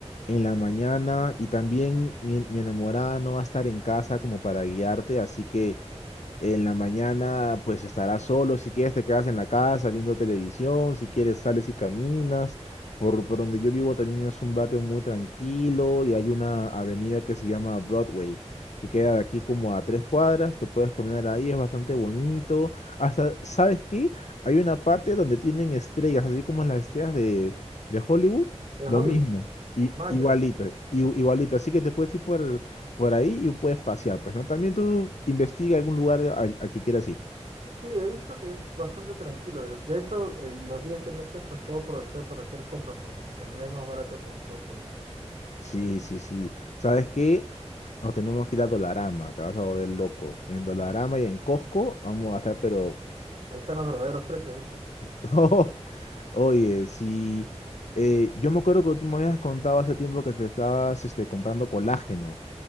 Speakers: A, on the left; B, on the right.
A: en la mañana y también mi, mi enamorada no va a estar en casa como para guiarte, así que... En la mañana, pues estarás solo. Si quieres, te quedas en la casa viendo televisión. Si quieres, sales y caminas. Por, por donde yo vivo también es un barrio muy tranquilo y hay una avenida que se llama Broadway, que queda de aquí como a tres cuadras. Te puedes caminar ahí, es bastante bonito. Hasta, ¿sabes qué? Hay una parte donde tienen estrellas, así como las estrellas de, de Hollywood.
B: De
A: Lo
B: Hollywood,
A: mismo, y
B: maña.
A: igualito, i- igualito. Así que te puedes ir por por ahí y puedes pasear, pues, ¿no? También tú investiga algún lugar al, al que quieras ir.
B: Sí, he visto que es bastante tranquilo. De de hecho, el- los días que no estés, pues puedo aprovechar para hacer compras, porque en Canadá es más barato que en Estados Unidos.
A: Sí, sí, sí. ¿Sabes qué? Nos tenemos que ir a Dolarama, te vas a volver loco. En Dolarama y en Costco vamos a estar, pero...
B: Ahí están los verdaderos precios, dices.
A: <laughs> oye, sí. eh, yo me acuerdo que tú me habías contado hace tiempo que te estabas este, comprando colágeno.